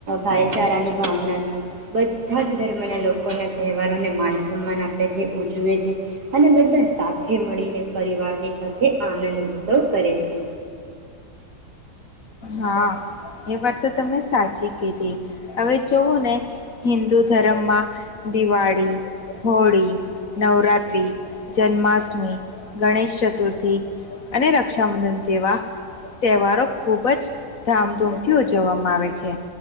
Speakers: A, on the right; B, on the left.
A: ભાઈચારાની ભાવનાથી બધા જ ધર્મના લોકોના તહેવારોને માન સન્માન આપે છે ઉજવે છે. અને બધા સાથે મળીને પરિવારની સાથે આનંદ ઉત્સવ કરે છે.
B: હા એ વાત તો તમે સાચી કીધી હવે જઓ ને હિન્દુ ધર્મમાં દિવાળી હોળી નવરાત્રિ જન્માષ્ટમી ગણેશ ચતુર્થી અને રક્ષાબંધન જેવા તહેવારો ખૂબ જ ધામધૂમથી ઉજવવામાં આવે છે